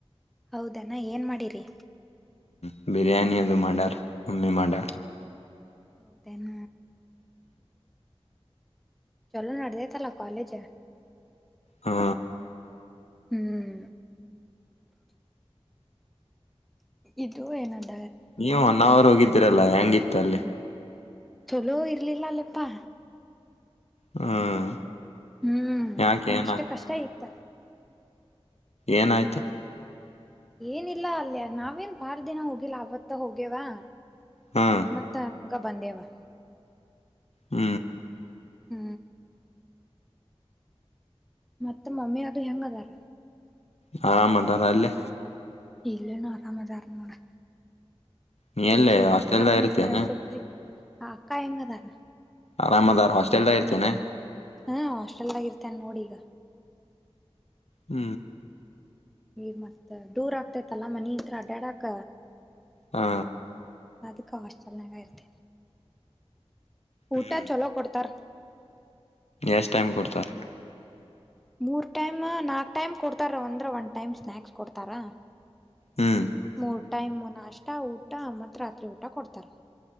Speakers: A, in the centre; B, on the left.
A: ಹೌದಣ ಏನ್ ಮಾಡಿರಿ
B: ಹೂಬಿರಿಯಾನಿ ಅದು ಮಾಡ್ಯಾರ್ ಮಮ್ಮಿ ಮಾಡಾರ್
A: ಹೌದೇನ ಚಲೋ ನಡದೇತಲ್ಲಾ ಕಾಲೇಜ್
B: ಹಾ
A: ಹ್ಮ್ ಇದು ಏನಂದ
B: ನೀವು ಒನ್ ಅವರ್ ಹೋಗಿದ್ದ ರಲ್ಲ ಹೆಂಗಿತ್ತ ಅಲ್ಲಿ
A: ಚಲೋ ಇರ್ಲಿಲ್ಲ ಅಲ್ಲಪ್ಪಾ
B: ಹ್ಮ್
A: ಹೂ
B: ಯಾಕೆ ಏನಾಯ್ತು
A: ಅಷ್ಟ ಕಷ್ಟ ಇತ್ತ
B: ಏನಾಯ್ತು
A: ಏನಿಲ್ಲ ಅಲ್ಯ ನಾವೇನ್ ಬಾರ್ ದಿನ ಹೋಗಿಲ್ಲ ಆವತ್ತ ಹೋಗ್ಯವಾ
B: ಹ್ಮ್
A: ಮತ್ತೆ ಹಕ ಬಂದೇವಾ
B: ಹೂ
A: ಹೂ ಮತ್ತೆ ಮಮ್ಮಿ ಅದು ಹೆಂಗ ಅದಾರ
B: ಹ ಮದಾರ ಅಲ್ಲೇ
A: ಇಲ್ಲನು ಆರಾಮದಾರ ನೋಡ
B: ನೀ ಎಲ್ಲಿ
A: ಈ
B: ಹಾಸ್ಟೆಲ್ದಾಗ
A: ಅಕ್ಕಾ
B: ಇರ್ತೇನೆ
A: ಮತ್ತ ಸೊಪಲಿ ಹ ಅಕ್ಕಾ ಹೆಂಗ ತಾರ
B: ಆರಾಮದಾರ್ ಹಾಸ್ಟೆಲ್ದ ಇರ್ತನೆ
A: ಹಾ ಹಾಸ್ಟೆಲ್ ಆಗ ಇರ್ತೇನ್ ನೋಡಿ ಈಗ
B: ಹೂ
A: ನೀರ್ ಮಸ್ತ ದೂರ ಆಗ್ತೈತಲ್ಲ ಮನಿಂತ್ರ ಅಡ್ಡ್ಯಾಡಾಕ
B: ಹಾ
A: ನ ಅದುಕ್ಕ ಹಾಸ್ಲ್ನಂಗ ಇರ್ತೇನೆ ಊಟ
B: ಹ್ಮ್
A: ಚಲೋ ಕೊಡ್ತಾರ
B: ಎಷ್ಟ ಟೈಮ್ ಕೊಡ್ತಾರೆ
A: ಮೂರ್ ಟೈಮ್ ನಾಕ್ ಟೈಮ್ ಕೊಡ್ತಾರ ಒಂದ್ರೆ ಒಂದ್ ಟೈಮ್ ಸ್ನಾಾಕ್ಸ್ ಕೊಡ್ತಾರಾ
B: ಹ್ಮ್
A: ಮೂರ್ತಿ ಟೈಮ್ ಅಷ್ಟ ಊಟ ಮತ್ತು ರಾತ್ರಿ ಊಟ ಕೊಡ್ತಾರೆ